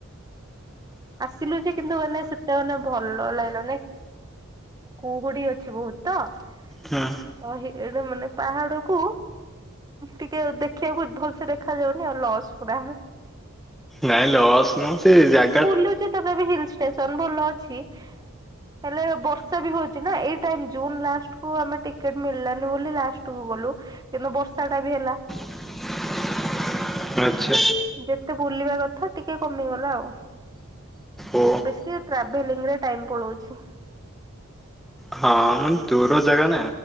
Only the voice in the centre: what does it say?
ହୁଁ।
ନାଇଁ ଲସ୍ ନୁହଁ, ସେ ଯା
<unintelligible> ଆଚ୍ଛା
ଓ
ହଁ, ମାନେ ଦୂର ଜାଗା ନା